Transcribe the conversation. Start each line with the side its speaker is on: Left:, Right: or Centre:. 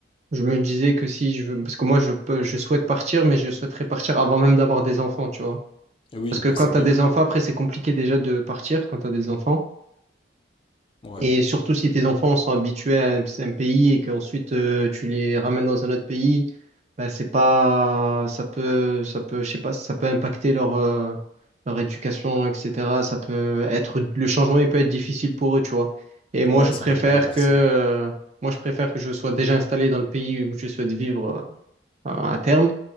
Right: Je me disais que si je veux, parce que moi je peux, je souhaite partir, mais je souhaiterais partir avant même d'avoir des enfants, tu vois.
Left: Eh oui,
Right: Parce que
Left: bah,
Right: quand
Left: c'est
Right: t'as
Left: mieux.
Right: des enfants, après c'est compliqué déjà de partir quand t'as des enfants.
Left: Ouais.
Right: Et surtout si tes enfants sont habitués à un, un pays et qu'ensuite euh, tu les ramènes dans un autre pays, bah c'est pas, ça peut, ça peut, je sais pas, ça peut impacter leur, euh, leur éducation, etc. Ça peut être, le changement il peut être difficile pour eux, tu vois. Et
Left: Ouais,
Right: moi je
Left: ça
Right: préfère
Left: va les bouleverser.
Right: que, euh, moi je préfère que je sois déjà installé dans le pays où je souhaite vivre à à terme